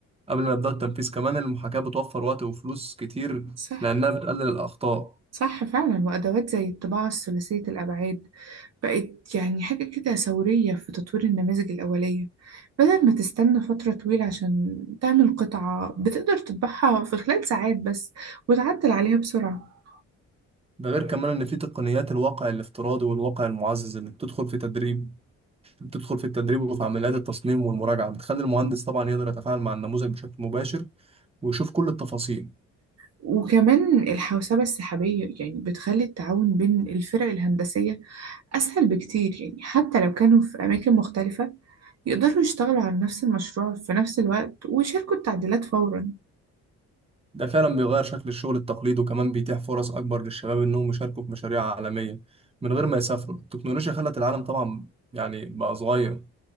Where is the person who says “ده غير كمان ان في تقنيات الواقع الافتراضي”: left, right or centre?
Right